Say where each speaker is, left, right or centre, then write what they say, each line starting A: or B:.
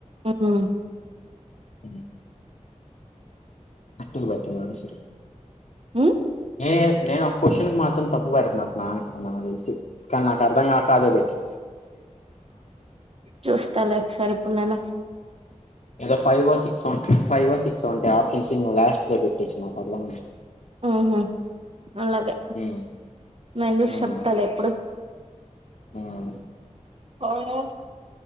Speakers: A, on the right (about 50°); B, on the left (about 70°).
A: హ్మ్
B: హ్మ్ రక్ట్ గా పెట్టండి ఆన్సరు
A: హ్మ్
B: నే నేను ఒక క్వశ్చన్కి మాత్రం తప్పు పెడుతున్నట్టునా ఆన్సర్ నాకు తెలిసి కానీ నాకు అర్థం కాక అదే పెట్టి
A: చూస్తా లే ఒకసారి ఇప్పుడు నేను
B: ఏదో ఫైవో సిక్సో ఉం ఫైవో సిక్సో ఉంటాయి ఆప్షన్స్ ఇంక లాస్ట్ లో పెట్టెసి నా పర్లే
A: ఊహూ అలాగే
B: హ్మ్.
A: నేను చూసి
B: హ్మ్.
A: చెప్తాలే ఎప్పుడు
B: హ్మ్
A: <unintelligible>